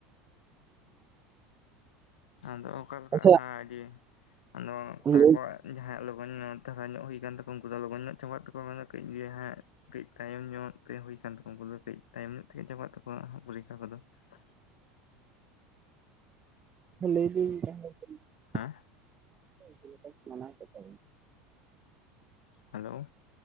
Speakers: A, on the left; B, on the right.
A: ᱟᱫᱚ ᱚᱠᱟᱞᱮᱠᱟᱜ-ᱟ
B: ᱟᱪᱪᱷᱟ
A: ᱦᱟᱸᱜ ᱟᱹᱰᱤ ᱟᱫᱚ ᱚᱠᱟ
B: ᱞᱟᱹᱭ
A: ᱣᱟᱜ ᱡᱟᱦᱟᱸᱭᱟᱜ ᱞᱚᱜᱚᱱ ᱧᱚᱜ ᱫᱷᱟᱨᱟ ᱧᱚᱜ ᱦᱩᱭ ᱠᱟᱱ ᱛᱟᱠᱚ ᱩᱱᱠᱩ ᱫᱚ ᱞᱚᱜᱚᱱ ᱧᱚᱜ ᱪᱟᱵᱟᱜ ᱛᱟᱠᱚᱣᱟ ᱠᱟᱹᱡ ᱤᱭᱟ. ᱦᱮᱸ ᱠᱟᱹᱡᱽ ᱛᱟᱭᱚᱢ ᱧᱚᱜ ᱛᱮ ᱦᱩᱭ ᱠᱟᱱ ᱛᱟᱠᱚᱣᱟ ᱩᱱᱠᱩ ᱫᱚ ᱠᱟᱹᱡᱽ ᱛᱟᱭᱚᱢ ᱧᱚᱜ ᱛᱮᱜᱮ ᱪᱟᱵᱟᱜ ᱛᱟᱠᱚᱣᱟ ᱦᱟᱸᱜ ᱯᱚᱨᱤᱠᱠᱷᱟ ᱠᱚᱫᱚ ᱯᱚᱨᱤᱠᱠᱷᱟ ᱠᱚᱫᱚ
B: ᱞᱟᱹᱭ ᱫᱟᱹᱧ ᱡᱟᱸᱦᱟᱭ <unintelligible>
A: ᱦᱮᱸ
B: <unintelligible>
A: ᱦᱮᱞᱳ